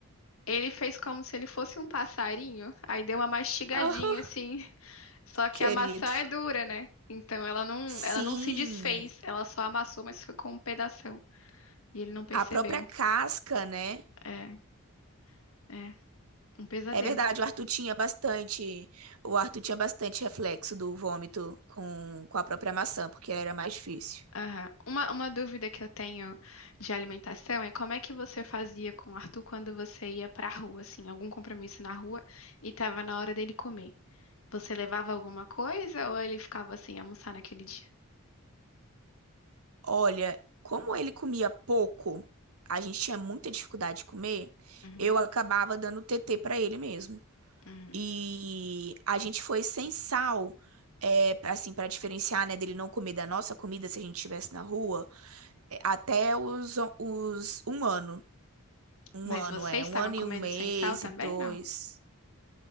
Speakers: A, on the left; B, on the right.
A: ele fez como se ele fosse um passarinho, aí deu uma mastigadinha
B: tá.
A: assim, <laughs> só que
B: Querido.
A: a maçã é dura, né? Então ela não
B: Sim,
A: ela não se desfez, ela só amassou, mas ficou um pedação, e ele não percebeu.
B: a própria casca, né?
A: É, é um pesadelo.
B: É verdade, o Arthur tinha bastante, o Arthur tinha bastante reflexo do vômito com, com a própria maçã, porque era mais difícil.
A: Aham. Uma, uma dúvida que eu tenho de alimentação é como é que você fazia com o Arthur quando você ia pra rua, assim, algum compromisso na rua e tava na hora dele comer? Você levava alguma coisa ou ele ficava sem almoçar naquele dia?
B: Olha, como ele comia pouco, a gente tinha muita dificuldade de comer,
A: Uhum,
B: eu acabava dando TT pra ele mesmo.
A: uhum.
B: E a gente foi sem sal, é, pra, assim, para diferenciar, né, dele não comer da nossa comida se a gente estivesse na rua, é, até os, os um ano. Um
A: Mas
B: ano,
A: vocês
B: é. Um
A: estavam
B: ano
A: comendo
B: e um mês
A: sem sal também,
B: e dois.
A: não?